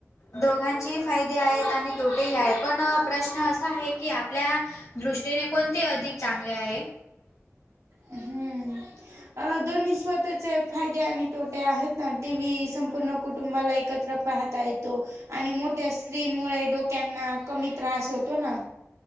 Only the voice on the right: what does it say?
हम्म अ दोन्ही स्वतःचे फायदे आणि तोट्या आहेत ना टि व्ही संपूर्ण कुटुंबाला एकत्र पाहता येतो आणि मोठ्या स्क्रीन मुळे डोक्यांना कमी त्रास होतो ना.